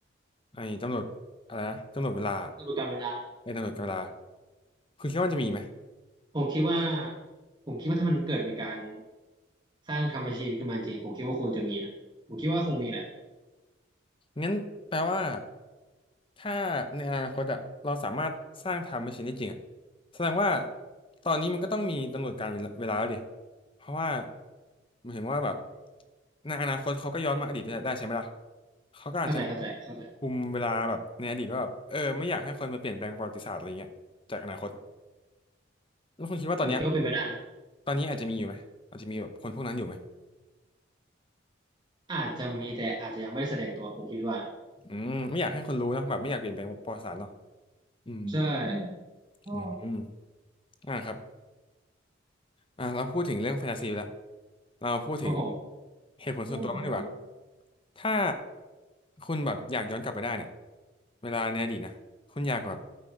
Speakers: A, on the left; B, on the right.
A: ไอ้ตำรวจอะไรนะตำรวจเวลา
B: ตำรวจการเวลานะครับ
A: ไอ้ตำรวจกับเวลาคุณคิดว่ามันจะมีไหม
B: ผมคิดว่าผมคิดว่าถ้ามันเกิดมีการสร้างทำแมชชีนขึ้นมาจริงผมคิดว่าควรจะมีนะผมคิดว่าคงมีแหละ
A: งั้นแปลว่าถ้าในอนาคตอะเราสามารถสร้างไทม์แมชชีนได้จริงอะแสดงว่าตอนนี้มันก็ต้องมีกำหนดการเวลาเวลาแล้วดิเพราะว่าหมายถึงว่าแบบในอนาคตเขาก็ย้อนมาอดีตได้ได้ใช่ไหมล่ะ
B: อืม
A: เขาก็อาจจะมา
B: เข้าใจเข้าใจเข้าใจ
A: คุมเวลาแบบในอดีตว่าแบบเออไม่อยากให้คนมาเปลี่ยนแปลงประวัติศาสตร์อะไรเงี้ยจากอนาคตแล้วคุณคิดว่าตอนเนี้ย
B: ผมคิดว่าเป็นไปได้นะ
A: ตอนนี้อาจจะมีอยู่ไหมอาจจะมีแบบคนพวกนั้นอยู่ไหม
B: อาจจะมีแต่อาจจะยังไม่ได้แสดงตัวผมคิดว่า
A: อืมไม่อยากให้คนรู้เนอะแบบไม่อยากเปลี่ยนแปลงประวัติศาสตร์เนาะอืม
B: ใช่อ๋อ
A: อืมอมอ่าครับ อ่าเราพูดถึงเรื่องแฟนตาซีไปแล้วเราพูดถึง
B: เพราะผม
A: เหตุผลส่วนตัวม้ากดีกว่า
B: เพื่อนเพ้อ
A: ถ้าคุณแบบอยากย้อนกลับไปได้เนี่ยเวลาในอดีตนะคุณอยากแบบ